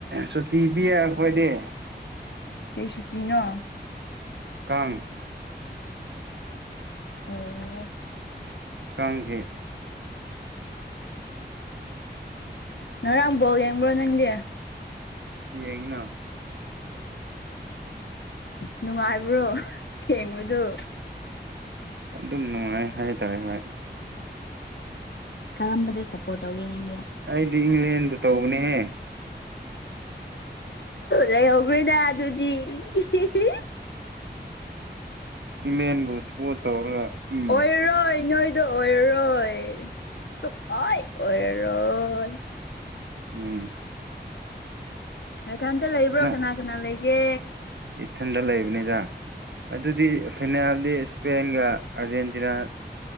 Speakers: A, on the right (about 80°); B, on the left (about 80°).
A: ꯁꯨꯇꯤ ꯄꯤꯌꯦ ꯑꯩꯈꯣꯏꯗꯤ
B: ꯀꯩ ꯁꯨꯇꯤꯅꯣ
A: ꯀꯥꯡ
B: ꯑꯣ
A: ꯀꯥꯡꯒꯤ
B: ꯉꯔꯥꯡ ꯕꯣꯜ ꯌꯦꯡꯕ꯭ꯔꯣ ꯅꯪꯗꯤ
A: ꯌꯦꯡꯉꯤꯅ
B: ꯅꯨꯡꯉꯥꯏꯕ꯭ꯔꯣ ꯌꯦꯡꯕꯗꯨ
A: ꯑꯗꯨꯝ ꯅꯨꯡꯉꯥꯏ ꯍꯥꯏꯇꯥꯔꯦ ꯍꯣꯏ
B: ꯀꯔꯝꯕꯗ ꯁꯞꯄꯣꯔꯠ ꯇꯧꯒꯦ ꯅꯪꯗꯤ
A: ꯑꯩꯗꯤ ꯏꯪꯂꯦꯟꯗ ꯇꯧꯕꯅꯦꯍꯦ
B: ꯂꯩꯍꯧꯈ꯭ꯔꯔꯤꯗ ꯑꯗꯨꯗꯤ <unintelligible>
A: ꯏꯃꯦꯟꯕꯨ ꯁꯄꯣꯔꯠ ꯇꯧꯔꯒ ꯎꯝ
B: ꯑꯣꯏꯔꯔꯣꯏ ꯅꯣꯏꯗ‌ꯣ ꯑꯣꯏꯔꯔꯣꯏ ꯁꯨꯛꯑ‌ꯣꯏ ꯑꯣꯏꯔꯔꯣꯏ
A: ꯎꯝ
B: ꯏꯊꯟꯇ ꯂꯩꯕ꯭ꯔꯣ
A: ꯅꯪ
B: ꯀꯅꯥ ꯀꯅꯥ ꯂꯩꯒꯦ
A: ꯏꯊꯟꯗ ꯂꯩꯕꯅꯤꯗ ꯑꯗꯨꯗꯤ ꯐꯤꯅꯥꯜꯗꯤ ꯏꯁꯄꯦꯟꯒ ꯑꯥꯔꯖꯦꯟꯇꯤꯅꯥ